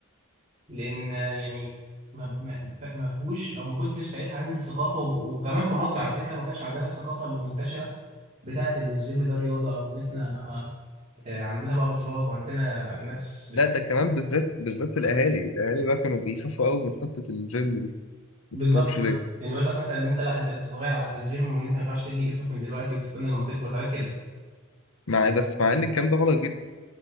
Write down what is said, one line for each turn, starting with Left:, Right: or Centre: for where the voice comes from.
Right: لان آه، يعني ما ما ما فيهوش او ما كنتش ساعتها عندي الثقافه و- وكمان في مصر على فكره ما كانش عندنا الثقافه المنتشره بتاعت ان الجيم ده رياضه او ان احنا آه، عندنا بقى بطولات وعندنا ناس
Left: لا ده كمان بالذات بالذات الاهالي الاهالي بقى كانوا بيخافوا قوي من حته الجيم دي
Right: بالظبط
Left: ما تفهمش
Right: بقى
Left: ليه
Right: يعني يقول لك مثلا ان انت لا انت لسه صغير على الجيم وان انت ما ينفعش تبني جسمك من دلوقتي وتستنى لما تكبر حاجات كده
Left: مع إيه؟ بس مع ان الكلام ده غلط جدا